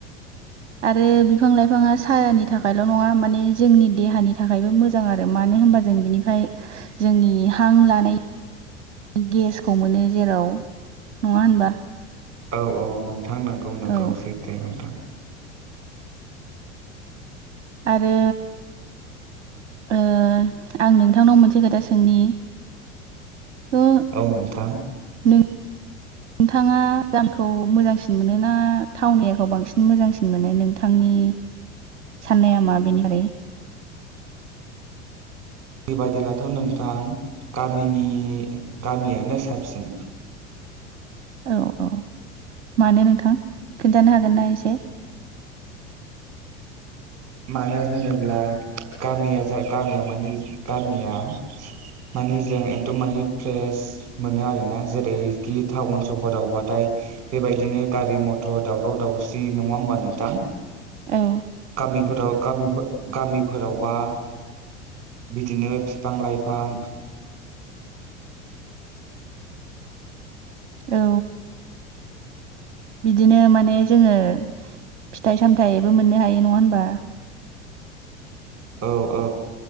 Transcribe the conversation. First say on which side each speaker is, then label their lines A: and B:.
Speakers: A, on the right; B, on the right.
A: आरो बिफां लाइफांआ सायानि थाखायल' नङा माने जोंनि देहानि थाखायबो मोजां आरो मा नो होनबा जों बिनिफ्राय जोंनि हां लानाय निगेसखौ मोनो जेराव नङा होनबा?
B: औ औ नोंथां नोंगौ नोंगौ
A: औ
B: सैथो नोंथां।
A: आरो ओ आं नोंथांनाव मोनसे खोथा सों नि थ'
B: औ नोंथां
A: नों थांङा गामिखौ मोजांसिन मोनो ना टाउन एरियाखौ बांसिन मोजांसिन मोनो नोंथांनि साननाया मा बेनिफ्राय?
B: बेबायदिब्लाथ' नोंथां गामिनि गामियानो साबसिन।
A: औ औ मानो नोंथां खिन्थानो हागोन ना एसे?
B: मानो होनोब्ला गामिया जा गामियाव माने गामिया माने जों एकदम माने फ्रेश मोनो आरोना जेरैखि टाउन सहरावबाथाय बेबायदिनो गारि मथर दावराव दावसि नङा होमबा नोंथां
A: औ
B: गामिफोराव गामिफो गामिफोरावबा बिदिनो फिफां लाइफां
A: औ बिदिनो माने जोङो फिथाइ सामथायाइबो मोननो हायो नङा होनबा
B: औ औ